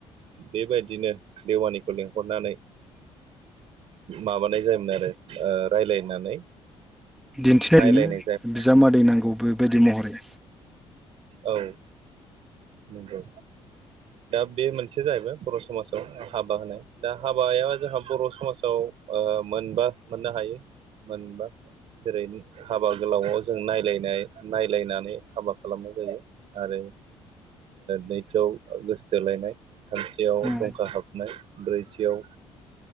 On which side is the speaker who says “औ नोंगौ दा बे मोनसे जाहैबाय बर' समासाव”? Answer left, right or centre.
Right